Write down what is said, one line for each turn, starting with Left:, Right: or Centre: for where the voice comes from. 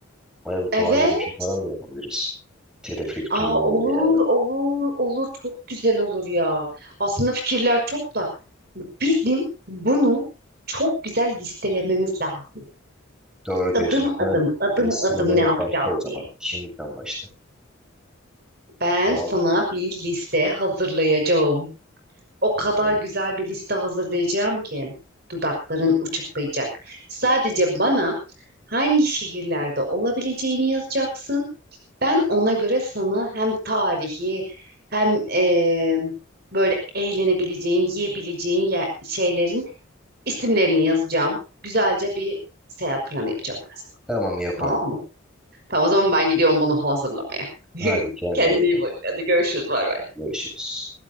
Centre: Bayağı bir
Right: Evet.
Centre: doğa yürüyüşü falan da yapabiliriz. Teleferik
Right: Aa,
Centre: turu
Right: olur,
Centre: veya.
Right: olur, olur. Çok güzel olur ya. Aslında fikirler çok da bizim bunu çok güzel listelememiz lazım.
Centre: Doğru
Right: Adım
Centre: diyorsun.
Right: adım,
Centre: Sen
Right: adım
Centre: listelemeye
Right: adım ne yapacağız
Centre: başla o zaman.
Right: diye.
Centre: Şimdiden başla.
Right: Ben
Centre: Tamam
Right: sana
Centre: mı?
Right: bir liste hazırlayacağım. O
Centre: Tamam.
Right: kadar güzel bir liste hazırlayacağım ki dudakların uçuklayacak. Sadece bana hangi şehirlerde olabileceğini yazacaksın. Ben ona göre sana hem tarihi hem eee, böyle eğlenebileceğin, yiyebileceğin ye- şeylerin isimlerini yazacağım. Güzelce bir seyahat planı yapacağım ben sana.
Centre: Tamam yapalım.
Right: Tamam mı? Tamam o zaman ben gidiyorum bunu hazırlamaya. <laughs>
Centre: Hadi kendine
Right: Kendine
Centre: iyi
Right: iyi
Centre: bak.
Right: bak. Hadi görüşürüz. Bay bay.
Centre: Görüşürüz.